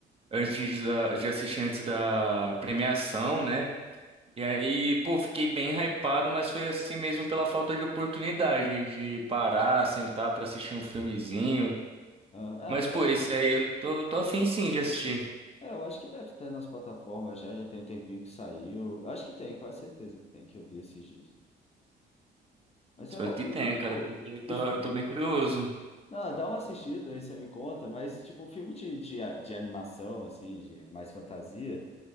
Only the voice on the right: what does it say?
Antes da- de assistir antes da premiação, né? E aí, pô, fiquei bem hypado, mas foi assim mesmo pela falta de oportunidade de parar, sentar pra assistir um filmezinho.
Mas,
pô,
esse
aí eu tô, eu tô afim sim de assistir.
Espero
que
tenha,
cara, porque eu tô,
eu tô bem curioso.